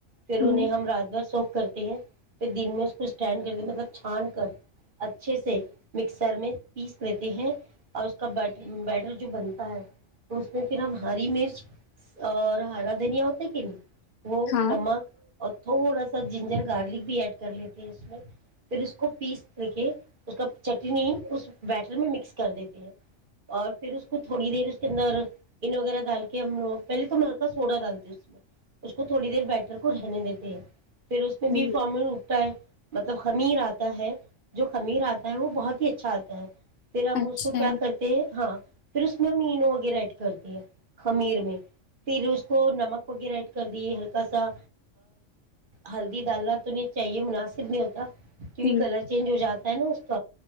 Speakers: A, on the right; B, on the left.
A: پھر
B: ہ
A: انہیں ہم رات بھر سوکھ کرتے ہیں پھر دن میں اس کو اسٹینڈ کرتے مطلب چھان کر اچھے سے مکسر میں پیس لیتے ہیں اور اس کار بیٹر جو بنتا ہے تو اس میں پھر ہم ہری مرچ اور ہرا دھنیا ہوتا کہ نہیں وہ
B: ہاں
A: نمک اور تھوڑا سا جنجر گارلک بھی ایڈ کر لیتے ہیں اس میں پھر اس کو پیس کر کے اس کا چٹنی اس بیٹر میں مکس کر دیتے اور پھر اس کو تھوڑی دیر اس کے اندر ان وغیرہ ڈال کے ہم پہلے تو ہم ہلکا سوڈا ڈالتے اس میں اس کو تھوڑی دیر بیٹر کو رہنے دیتے ہیں پھر اس میں
B: ہ
A: بی فارامل مطلب خمیر آتا ہے جو خمیر آتا ہے وہ بہت ہی اچھا آتا ہے پھر ہم
B: اچھا
A: کو کیا کرتے ہیں ہاں پھر اس میں ہم اینو وغیرہ ایڈ کرتے ہیں خمیر میں پھر اس کو نمک وغیرہ ایڈ کر دیے ہلکا سا ہلدی ڈالنا تو نہیں چاہیے مناسب نہیں ہوتا کیکہ
B: ہ
A: کلر چینج ہو جاتا ہے نا اس